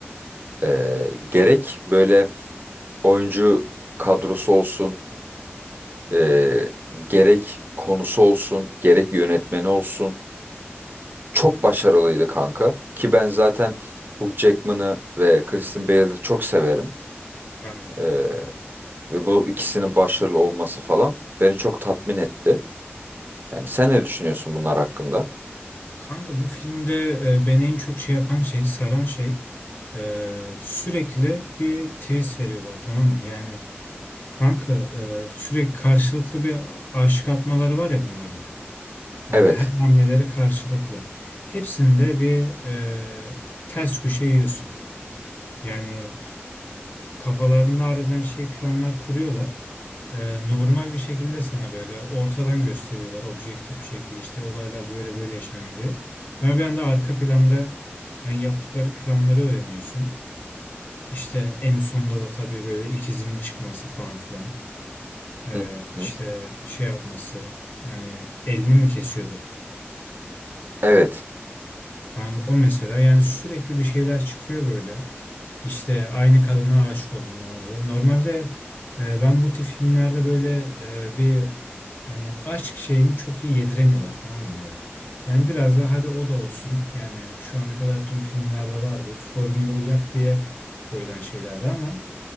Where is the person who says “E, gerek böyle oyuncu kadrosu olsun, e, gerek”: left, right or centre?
Right